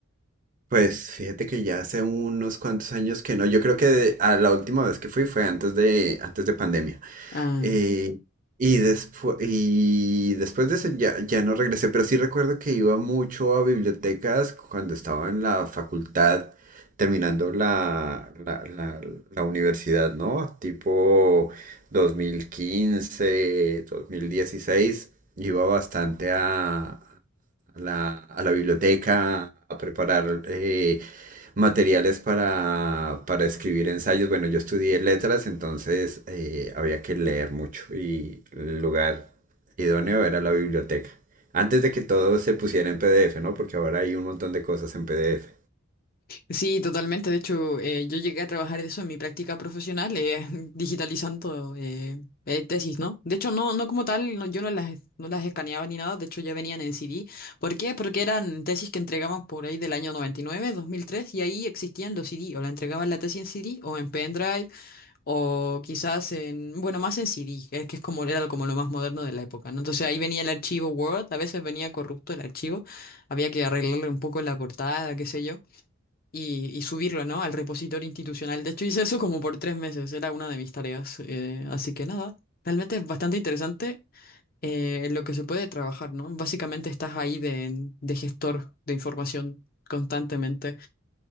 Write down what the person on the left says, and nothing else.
Ah,
sí, totalmente. De hecho, eh, yo llegué a trabajar de eso en mi práctica profesional, eh, <laughs> digitalizando eh, eh, tesis, ¿no? De hecho, no, no como tal, no- yo no las, no las escaneaba ni nada, de hecho ya venían en CD. ¿Por qué? Porque eran tesis que entregaban por ahí del año 99, 2003, y ahí existían los CD, o la entregaban la tesis en CD o en pendrive O quizás en, bueno, más en CD, que es que es como era como lo más moderno de la época, ¿no? Entonces ahí venía el archivo Word, a veces venía corrupto el archivo, había que arreglarle un poco la portada, qué sé yo, y, y subirlo, ¿no? Al repositorio institucional. De hecho, hice eso como por tres meses, era una de mis tareas. eh, así que nada, realmente es bastante interesante eh, en lo que se puede trabajar, ¿no? Básicamente estás ahí de, de gestor de información constantemente.